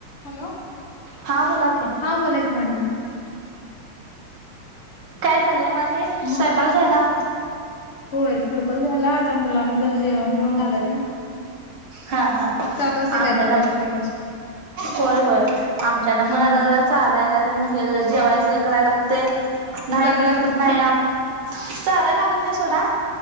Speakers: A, on the left; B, on the right.
A: Hello
B: हा बोला की
A: हा बोलायच मॅडम
B: काय <inaudible> मग आणि स्वयपाक
A: मग
B: झाला
A: होय स्वयंपाक झाला आता मुलांना जरा जेवण देेवन घालायचं
B: हा हा
A: चालू असतंय कायतर
B: आमच्याना
A: कायतर कायतर
B: होय होय आमच्याना पण
A: हा
B: आता जरा चारायला त्यां हे जेवायच हे कराय लागतय नाही
A: चारवाय
B: केली
A: लागतंय
B: तर नाही आप साराय लागत सोडा